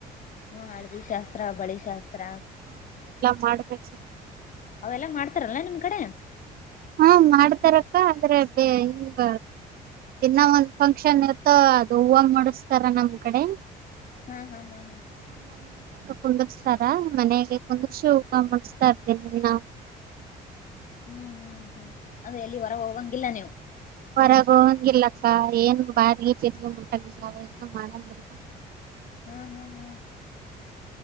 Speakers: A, on the left; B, on the right.
A: ಹ್ಮ ಹಳದಿ ಶಾಸ್ತ್ರ ಬಳಿ ಶಾಸ್ತ್ರ
B: ಮಾಡ್ಬೇಕು ಸರ್
A: ಅವೆಲ್ಲ ಮಾಡ್ತಾರಲ್ಲ ನಿಮ್ ಕಡೆ
B: ಹಾ ಮಾಡ್ತಾರಕ್ಕ ಆದ್ರೆ ಬ ಹಿಂಗ ಇನ್ನ ಒಂದ್ ಫಂಕ್ಷನ್ ಇತ್ತ ಅದು ಹೂವ ಮೂಡಸ್ತಾರ ನಮ್ ಕಡೆ
A: ಹ್ಮ್ ಹ್ಮ್ ಹ್ಮ್ ಹ್ಮ <unintelligible>
B: ಕುಂದಕ್ಸ್ತಾರ <unintelligible> ಮನೆಗೆ ಕುಂದಗ್ಸಿ ಹಪ ಮುಡಸ್ತಾರ್ದನ್ನ
A: ಹ್ಮ್ ಹ್ಮ್ ಹ್ಮ್ ಅದ ಎಲ್ಲಿ ಹೊರಗೆ ಹೋಗಂಗಿಲ್ಲ ನೀವು
B: ಹೊರಗ ಹಂಗಿಲ್ಲಕ್ಕ ಏನ್ ಬಾರಿಗೆ ಚರ್ಕ್ ಮುಟ್ಟಂದಿಲ್ಲ ಅವ ಏನು ಮಾಡಂಗಿಲ್ಲ
A: ಹ್ಮ್ ಹ್ಮ್ ಹ್ಮ್